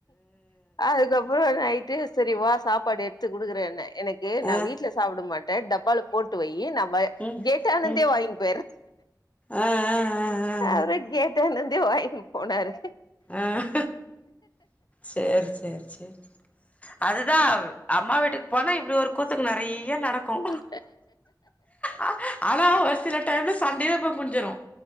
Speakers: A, on the left (about 65°); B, on the left (about 20°).
A: அதுக்கப்புறம் <unintelligible> செரிவா சாப்பாடு எடுத்து கொடுக்குறேன்னு எனக்கு நான்
B: ஆ
A: வீட்டுல சாப்பிட மாட்டே டப்பாள போட்டு வை நம்ம
B: ம்
A: கேட்ட ஆனந்தே
B: ம்
A: வாங்கி பார்
B: ஆ ஆ ஆ ஆ
A: அவரு கேட்ட என்ன என்ன வாங்கினு போனாரு
B: ஆஹ் சேரி சேரி சேரி அதுதான் அம்மா வீட்டுக்கு போனா இப்படி ஒரு க்கு நெறைய நடக்கும்
A: ம்
B: அ ஆனா ஒரு சில டைம்ல சண்டயில்ல போய் முடிஞ்சிடும்